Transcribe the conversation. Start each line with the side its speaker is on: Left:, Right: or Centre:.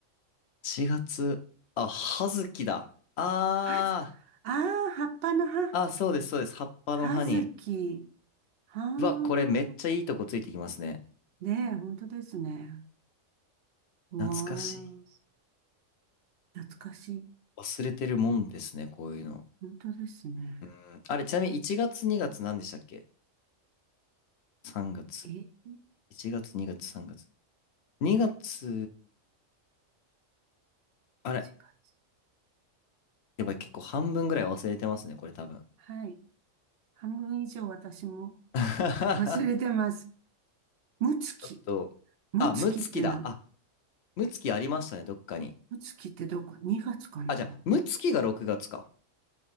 Left: 4月、あ、葉月だ。あ
Right: はず、ああ、葉っぱの葉。
Left: ー、あ、そうです、そうです。葉っぱの葉に。
Right: はずき。はあ。
Left: うわ、これめっちゃいいとこついてきますね。
Right: ねえ、本当ですね。うわ
Left: 懐かしい。
Right: あ。懐かしい。
Left: 忘れてるもんですね、こういうの。
Right: 本当ですね。
Left: うんあれ、ちなみに1月2月何でしたっけ ?3 月。
Right: え
Left: 1月2月3月。2月、あれ
Right: 7月。
Left: やばい、結構半分ぐらい忘れてますね、これ多分。
Right: はい。半分以上私も
Left: <laughs>
Right: 忘れてます。むつき。
Left: ちょっと、
Right: むつきってな、
Left: あ、ムツキだ。あ、ムツキありましたね、どっかに。
Right: むつきってどこ ?2 月かな
Left: あ、じゃあ、ムツキが6月か。